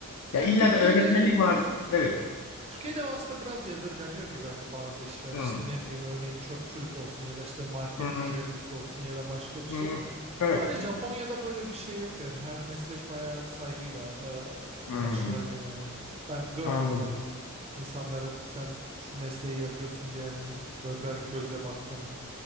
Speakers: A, on the left; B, on the right.
A: Ya
B: Ya
A: illa
B: Türkiye'de
A: da öğretmenlik var.
B: bir.
A: Evet.
B: Türkiye'de aslında biraz yadırganıyor gibi hani bazı işler
A: Hı,
B: işte ne bileyim örneğin çöpçülük olsun ya da işte market
A: hı,
B: görevlisi olsun ya da başka bir şey.
A: hı. Evet.
B: Bu hani Japonya'da böyle bir şey yok yani her meslek bayağı saygıyla e,
A: Hı,
B: karşılanıyor yani. Ben görmedim
A: anladım.
B: hani insanların sen şu mesleği yapıyorsun diye hani böyle garip gözle baktığını.